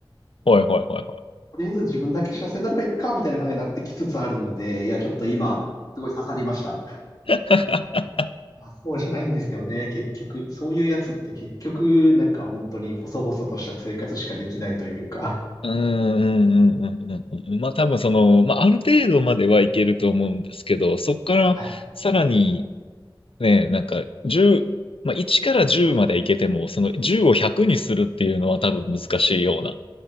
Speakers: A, on the left; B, on the left.
A: ほいほいほいほい。
B: とりあえず自分だけ幸せになればいいか、みたいな考えになってきつつあるので、いや、ちょっと今、すごい刺さりました。
A: <laughs>
B: まあ、そうじゃないんですよね、結局。そういうやつって結局、なんか本当に細々とした生活しかできないというか。
A: うんうんうんうんうんうん。まあ多分その、まあある程度まではいけると思うんですけど、そこからさらに
B: はい。
A: ね、なんか1まあ、1から10までいけても、その10を100にするっていうのは多分難しいような